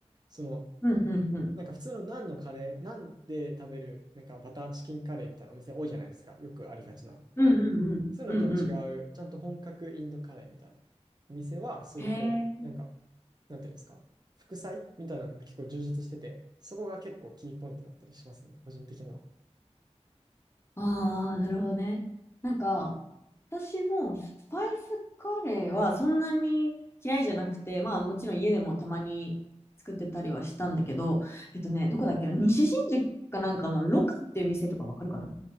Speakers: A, on the right; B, on the left.
A: その、
B: うんうんうん、
A: なんか普通のナンのカレー、ナンで食べる、なんかバターチキンカレーみたいなお店多いじゃないですか。よくありがちな。
B: うんうんうん、
A: そういうのとは違う、
B: うんうん。
A: ちゃんと本格インドカレーみたいなお店は水耕、
B: へえ。
A: なんか、なんていうんですか、副菜みたいなのが結構充実してて、そこが結構キーポイントだったりしますね、個人的には。
B: ああ、なるほどね。なんか、私もスパイスカレーはそんなに嫌いじゃなくて、まあもちろん家でもたまに作ってたりはしたんだけど、えっとね、どこだっけな、西新宿かなんかのロカっていう店とかわかるかな